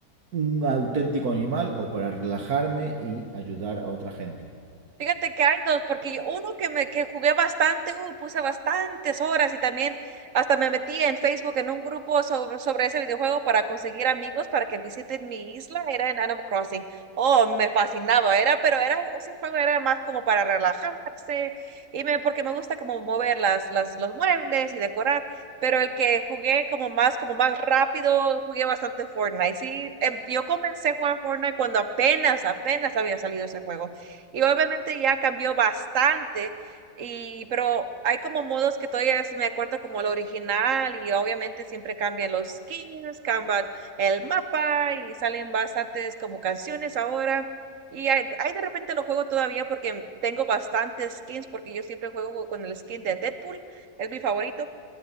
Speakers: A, on the right; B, on the right.
A: un auténtico animal o para relajarme y ayudar a otra gente.
B: Fíjate que hay dos, porque yo- uno que me que jugué bastante, uh, puse bastantes horas y también hasta me metí en Facebook en un grupo sobre, sobre ese videojuego para conseguir amigos para que visiten mi isla, era en Animal Crossing. Oh, me fascinaba, era, pero era, ese juego era más como para relajarse y me, porque me gusta como mover las, las, los muebles y decorar, pero el que jugué como más, como más rápido, jugué bastante Fortnite. Sí, em- yo comencé a jugar Fortnite cuando apenas, apenas había salido ese juego y obviamente ya cambió bastante, y, pero hay como modos que todavía se me acuerdo como el original y obviamente siempre cambian los skins, cambian el mapa y salen bastantes como canciones ahora. Y hay, hay de repente lo juego todavía porque tengo bastantes skins porque yo siempre juego con el skin de Deadpool, es mi favorito.